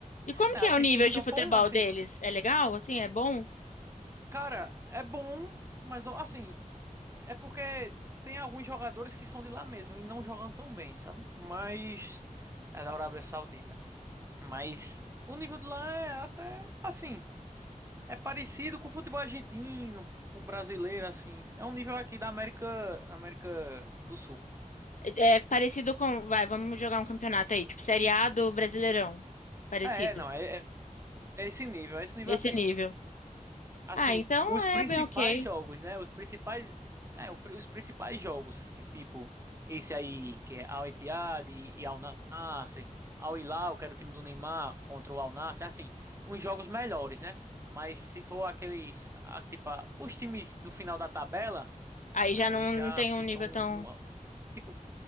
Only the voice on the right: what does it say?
é,
assisti,
então
foi um, assim,
cara, é bom, mas assim, É porque tem alguns jogadores que são de lá mesmo e não jogam tão bem, sabe? Mas é da Arábia Saudita. Mas o nível de lá é até assim, é parecido com o futebol argentino, com o brasileiro assim. É um nível aqui da América, América do Sul.
É, é, não, é, é é esse nível, é esse nível
assim.
Assim,
os
principais
jogos, né? Os principais, é, o pri- os principais jogos, em tipo esse aí que é Al Ittihad e, e Al Nassr, Al Hilal, que era o time do Neymar contra o Al Nassr, assim, uns jogos melhores, né? Mas se for aqueles, ah, tipo, ah, os times do final da tabela,
aí
já
fica
um,
uma- um, fica-